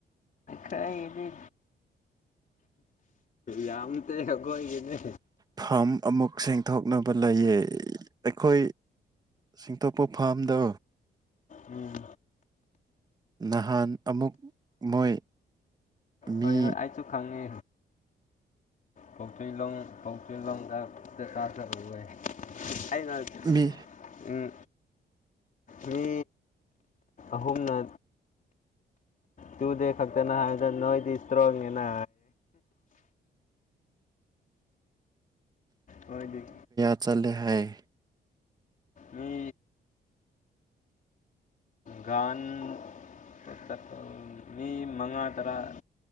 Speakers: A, on the left (about 50°); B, on the right (about 25°).
A: ꯗꯤ ꯌꯥꯝ ꯒꯣꯏꯒꯤꯅꯤ
B: ꯐꯥꯝ ꯑꯃꯨꯛ ꯁꯦꯡꯗꯣꯛꯅꯕ ꯂꯩꯌꯦ ꯑꯩꯈꯣꯏ ꯁꯤꯡꯇꯣꯛꯄ ꯐꯥꯝꯗ
A: ꯎꯝ
B: ꯅꯍꯥꯟ ꯑꯃꯨꯛ ꯃꯣꯏ ꯃꯤ
A: ꯍꯣꯏ ꯍꯣꯏ ꯑꯩꯁꯨ ꯈꯪꯉꯦ ꯄꯣꯛꯆꯂꯣꯡ ꯄꯣꯛꯆꯂꯣꯡꯗ ꯇꯥꯇ ꯑꯣꯏꯦ ꯑ
B: ꯃꯤ
A: ꯎꯝ ꯃꯤ ꯑꯍꯨꯝꯅ ꯇꯨꯗ ꯐꯛꯛꯇ ꯅ ꯍꯥꯏ ꯅꯣꯣꯏꯗꯤ ꯏꯁꯇ꯭ꯔꯣꯅꯦꯅ ꯑꯣꯏꯣꯏꯗꯤ
B: ꯆꯂꯦ ꯍꯥꯏ
A: ꯃꯤ ꯥꯟ ꯄꯨꯁꯛ ꯃꯤ ꯃꯉꯥ ꯇꯔꯥ